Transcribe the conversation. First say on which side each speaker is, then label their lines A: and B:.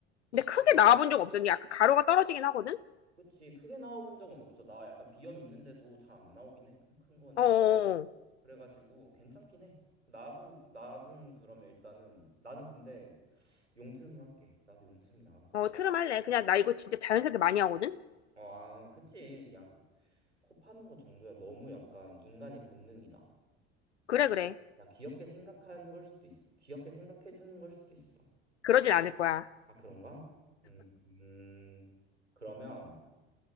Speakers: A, on the left (about 80°); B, on the right (about 85°).
A: 근데
B: 그,
A: 크게 나와본 적 없어. 약간 가루가 떨어지긴 하거든?
B: 그치. 크게 나와본 적은 없어. 나 약간 비염 있는데도 잘 안 나오긴 해. 큰, 큰 거는.
A: 어어,
B: 그래가지고 괜찮긴 해. 나도, 나는 그러면 일단은, 나는 근데 용트림을 할게. 나도 용트림이 나은 것
A: 어,
B: 같아.
A: 어, 트름 할래. 그냥 나 이거 진짜 자연스럽게 많이 하거든?
B: 어, 아, 그치. 야, 코 파는 거 정도야 너무 약간 인간의 본능이다.
A: 그래, 그래.
B: 야, 귀엽게 생각하는 걸 수도 있어. 귀엽게 생각해 주는 걸 수도 있어.
A: 그러진 않을 거야.
B: 아, 그런가? 음, 음, 그러면